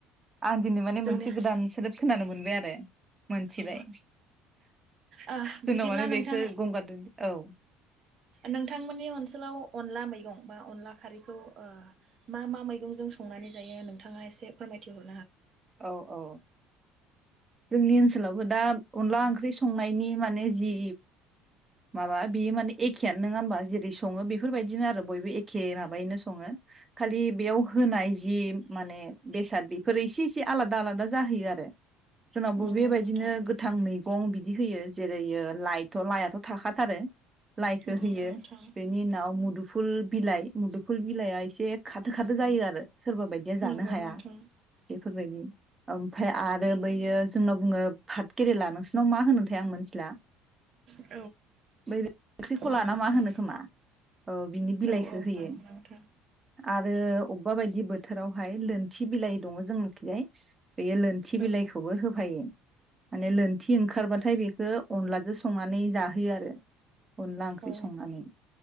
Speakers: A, on the right; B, on the right.
A: आं दिनै माने
B: जोंनि
A: मोनसे गोदान सोदोब खोनानो मोनबाय आरो मोनथिबाय
B: अ ओ
A: जोंनाव
B: बिदिब्ला
A: माने
B: नोंथां
A: बेसो गंगार दुन्दिया औ
B: नोंथांमोननि ओनसोल लाव अनला मैगं बा अनला खारैखौ ओ मा मा मै मैगंजों संनानै जायो नोंथाङा एसे फोरमायथिहर
A: औ औ जोंनि ओनसोलावबो दा अनला ओंख्रि संनायनि माने जि माबा बियो माने एखेयानो नङा होमबा जेरै सङो बेफोरबायदिनो आरो बयबो एखे माबायैनो सङो खालि बेयाव होनाय जि माने बेसाद बेफोरो एसे एसे आलादा आलादा जाहैयो आरो जोंनावबो
B: नंगौ
A: बेबायदिनो
B: नोंथां
A: गोथांयै गं बिदि होयो जेरैयो लाइट थ' लायाथ' खाथारो लाइखौ
B: नंगौ
A: होयो
B: नोंथां
A: बेनि उनाव मु मुदुफुल बिलाइ मुदुफुल बिलाइआ एसे खाथो खाथो जायो आरो सोरबा बायदिया जानो
B: नंगौ
A: हाया
B: नोंथां
A: बे बेफोरबायदि ओमफ्राय आरो बैयो जोंनाव बुङो पाट केरेला नोंसोरनाव मा होनोथाय आं मिथिला।
B: औ
A: बै ओंख्रिखौ
B: नंगौ
A: लाना
B: नोंथां
A: मा होनो खोमा औ बिनि बिलाइखौ
B: औ औ
A: होयो।
B: नंगौ नोंथां
A: आरो अबेबा बायदि बोथोरावहाय लोन थि बिलाइ दङ जोंनोखजाय बेयो लोनथि
B: औ
A: बिलाइखौबो होफायो माने लोनथि ओं खारबाथाय बेखो अनलाजो स संनानै जा हैयो आरो अनला ओंख्रि
B: औ
A: संनानै